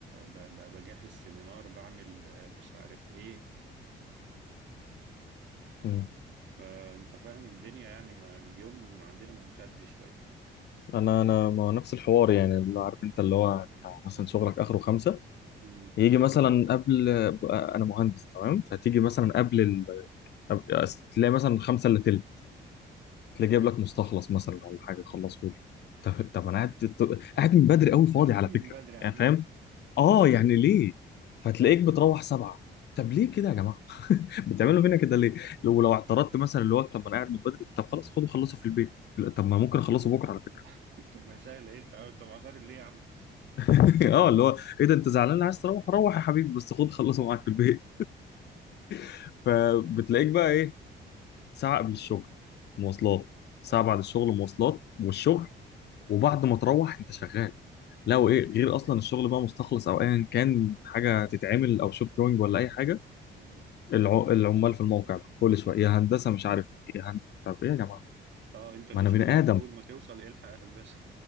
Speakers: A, on the right (about 65°); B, on the left (about 60°).
A: ب- ب- بجهز سيمينار بعمل آه، مش عارف ايه
B: أمم.
A: فانت فاهم الدنيا يعني ما اليوم عندنا ممتد شويه
B: انا انا ما هو نفس الحوار يعني اللي عارف انت اللي هو بتاع مثلا شغلك اخره خمسة
A: امم
B: يجي مثلا قبل انا مهندس تمام فتيجي مثلا قبل ال... قبل- تلاقي مثلا خمسة الا تلت تلاقي جايب لك مستخلص مثلا ولا حاجه خلصه لي طب طب انا قاعد قاعد من بدري قوي فاضي
A: قاعدين
B: على فكره
A: من بدري يا عم
B: يعني فاهم
A: <laughs> انت.
B: اه يعني ليه فتلاقيك بتروح سبعة طب ليه كده يا جماعه بتعملوا فينا كده ليه؟ لو لو اعترضت مثلا اللي هو طب ما انا قاعد من بدري طب خلاص خدوا خلصوا في البيت لا، طب ما ممكن اخلصه
A: طب
B: بكره على فكره
A: طب ما سهل ايه طب طب عطارد ليه يا عم
B: <laughs> اه اللي هو ايه ده انت زعلان
A: لا.
B: عايز تروح روح يا حبيبي بس خد خلصه معاك في البيت <laughs> فبتلاقيك بقى ايه ساعه قبل الشغل مواصلات ساعه
A: اه
B: بعد الشغل مواصلات والشغل وبعد ما تروح انت شغال لا وايه غير اصلا الشغل بقى مستخلص او ايا كان حاجه تتعمل او شوب دروينج ولا اي حاجه
A: امم
B: الع- العمال في الموقع بقى كل شويه يا هندسه مش عارف إيه، يا هندسه طب ايه يا جماعه
A: اه انت اللي
B: ما انا
A: شغلك
B: بني ادم
A: اول ما توصل إيه الحق يا هندسه